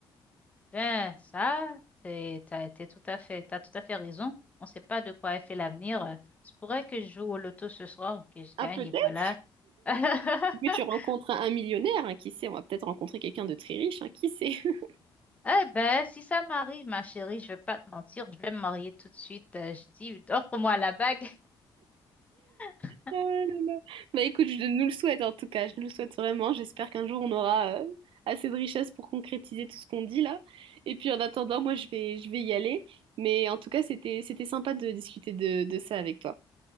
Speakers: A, on the left; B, on the right.
A: Ben, ça, t'es, t'as été tout à fait, t'as tout à fait raison. On sait pas de quoi est fait l'avenir. euh. Je pourrait que je joue au loto ce soir, que je
B: Ah,
A: gagne
B: peut-être
A: et voilà. <laughs>
B: que tu rencontres un un millionnaire. hein, qui sait, on va peut-être rencontrer quelqu'un de très riche. hein, qui sait? <laughs>
A: Eh ben, si ça m'arrive, ma chérie, je vais pas te mentir, je vais me marier tout de suite. Euh, Je dis, offre-moi la bague. <laughs>
B: Oh là là. Bah écoute, je nous le souhaite en tout cas. Je nous le souhaite vraiment. J'espère qu'un jour, on aura euh, assez de richesse pour concrétiser tout ce qu'on dit là. Et puis, en attendant, moi, je vais, je vais y aller. Mais en tout cas, c'était, c'était sympa de discuter de, de ça avec toi.